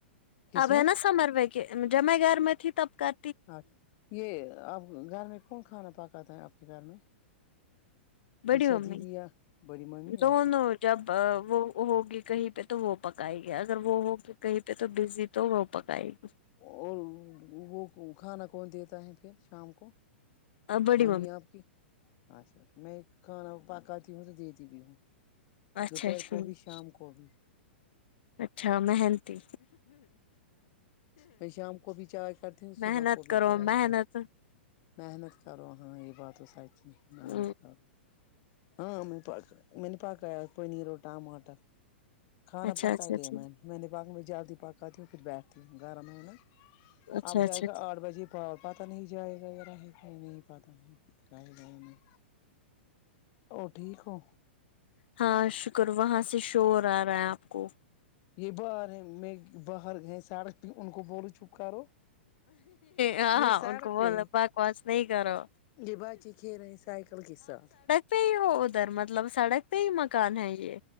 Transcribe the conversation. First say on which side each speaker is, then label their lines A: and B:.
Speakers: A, on the left; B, on the left.
A: کس
B: اب
A: میں
B: ہے نا سمر ویکے جب میں گھر میں تھی تب کر
A: اب یہ اب گھر میں کون کھانا پکاتا ہے آپ کے گھر میں
B: بڑی
A: ارشا
B: ممی
A: دیدی یا بڑی مامی
B: دونوں
A: آج
B: جب وہ ہوگی کہیں پہ تو وہ پکائے گی اگر وہ ہوگی کہیں پہ تو بزی تو وہ پکائے گی
A: اور وہ کو کھانا کون دیتا ہے پھر شام کو
B: گی بڑی
A: ممی آپ کی اچھا اچھا میں کھانا پکاتی ہوں تو دیتی بھی ہوں
B: اچھا
A: دوپہر
B: ٹھیک
A: کو بھی شام کو بھی
B: اچھا مہنتی
A: میں شام کو بھی چائے کرتی ہوں صبح
B: محنت
A: کو بھی
B: کرو
A: چائے
B: محنت
A: کر محنت کرو ہاں یہ بات تو سچ ہی
B: ہ
A: محنت کرو ہاں پ میں نے پکایا پنیر اور ٹماٹر کھانا
B: اچھا
A: پکا
B: اچھا
A: لیا
B: اچھا
A: میں نے میں نے بعد میں جلدی پکاتی ہوں پھر بیٹھتی ہوں گھر میں ہے نہ
B: اچھا
A: آب جائے
B: اچھا
A: گا آٹھ بجے پتا نہیں جائے گا یا رہے گا ہی نہیں پتا نہیں جاںے گا نہیں اور ٹھیک ہو
B: ہاں شکر وہاں سے شور آ رہا ہے آپ کو
A: یہ باہر ہیں میں باہر گئے سڑک پہ ان کو بولو چپ کرو
B: ہاں
A: یہ
B: ہاں
A: سڑک
B: ان کو بولو
A: پہ
B: بکواس نہیں کرو
A: یہ بچے کھیل رہے ہیں سائیکل کے ساتھ
B: پے ہو ادھر مطلب سڑک پے ہی مکان ہے یہ